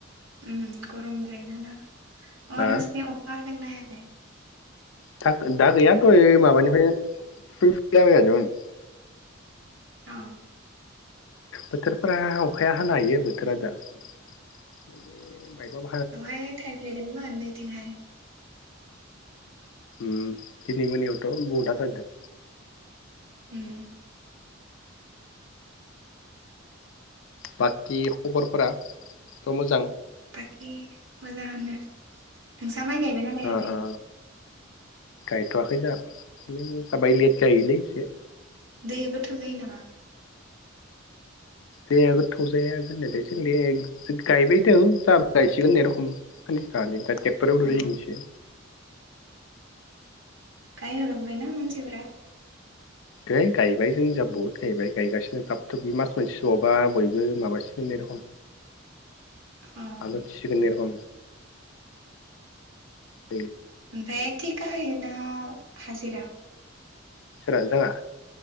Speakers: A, on the right; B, on the left.
A: उम गरमद्रायना ना अ
B: हा
A: नोंसिना अखा हादोंना हायाखै <unintelligible>
B: था दा गैया दहाय माबानिफ्रायनो <unintelligible>
A: औ
B: बोथोरफोरा अखाया हानो हायो बोथोरा दा माने मायबा
A: बेवहाय थायफ्रिदोंमोन नैथिंहाय
B: उम दिनै मोनायावथ बहुद हाथारदों
A: उम
B: बाकि खबरफोराथ मोजां
A: बाकि मोजांआनो नों हा माय गायबाय ना गायाखै
B: ओ ओ गायथवाखै जा माने जा बाय लेट गायोलै एसे
A: दैया गोथौ जायो नामा
B: दैया गोथौ जाया जानायालाय एसे लेट गायबायदों जाबो गायसिगोन होननाय रखम खाननैसो थानानै दा टे एवदो
A: अ
B: दिनैसो
A: गाय होलांबायना मानसिफोरा
B: है गायबाय जोंनि जा बहुद गायबाय गायगासिनो थाब थुब बे मास मोनसेसो बावबा बयबो माबासिगोन होननाय रखम
A: अ
B: हाल उथिसिगोन होननाय‌ र खम <inaudible>
A: ओमफाय थिखा होयोना हाजिरा
B: सोरा‌‌ जोंहा